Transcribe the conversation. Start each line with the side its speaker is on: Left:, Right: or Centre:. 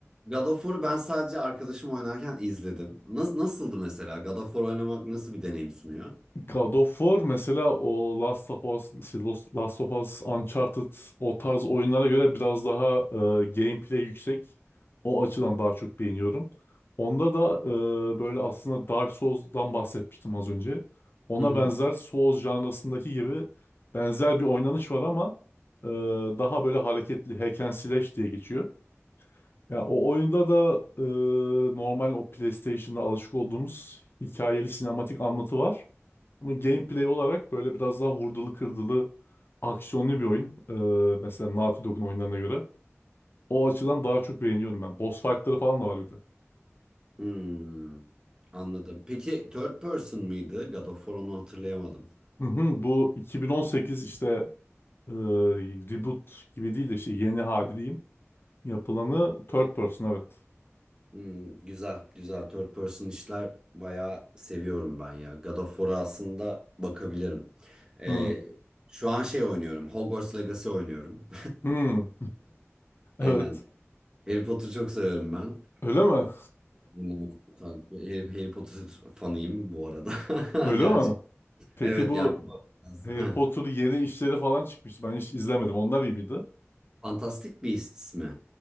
Right: God of War'u ben sadece arkadaşım oynarken izledim. Nasıl, nasıldı mesela? God of War oynamak nasıl bir deneyim sunuyor?
Left: God of War mesela o Last of Us, şey, Los- Last of Us, Uncharted o tarz oyunlara göre biraz daha e, gameplay yüksek. O açıdan daha çok beğeniyorum. Onda da e, böyle aslında Dark Souls'dan bahsetmiştim az önce. Ona
Right: Hı hı.
Left: benzer Souls janrasındaki gibi benzer bir oynanış var ama e, daha böyle hareketli hack and slash diye geçiyor. Ya o oyunda da e, normal o PlayStation'da alışık olduğumuz hikayeli sinematik anlatı var. Ama gameplay olarak böyle biraz daha vurdulu kırdılı aksiyonlu bir oyun. E, mesela Naughty Dog'un oyunlarına göre. O açıdan daha çok beğeniyorum ben. Boss fight'ları falan da var bir de.
Right: Hmm, anladım. Peki third person mıydı? God of War onu hatırlayamadım.
Left: Hı hı, bu 2018 işte e, reboot gibi değil de işte yeni hali diyeyim. Yapılanı third person evet.
Right: Hmm, güzel, güzel. Third person işler bayağı seviyorum ben ya. God of War'a aslında bakabilirim. Ee,
Left: Hı,
Right: şu an şey oynuyorum. Hogwarts Legacy oynuyorum.
Left: hı,
Right: <laughs>
Left: evet.
Right: Aynen. Harry Potter çok seviyorum ben.
Left: Öyle mi?
Right: Bilmiyorum. Harry Harry Potter fanıyım bu arada. <laughs>
Left: Öyle
Right: Gerçekten.
Left: mi? Peki
Right: Evet
Left: bu
Right: yani bu- <laughs>
Left: Harry
Right: Heh.
Left: Potter'ın yeni işleri falan çıkmıştı. Ben hiç izlemedim. Onlar iyi miydi?
Right: Fantastic Beasts mi?